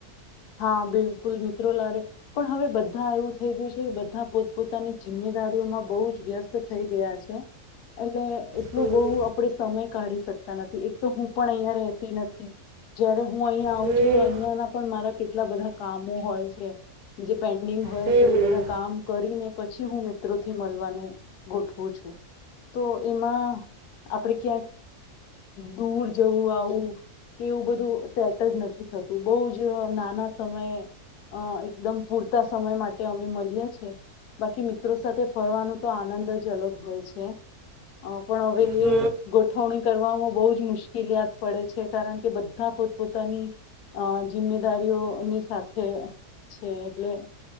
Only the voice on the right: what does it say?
હમ,
હમ,
હમ,
હમ,
હમ,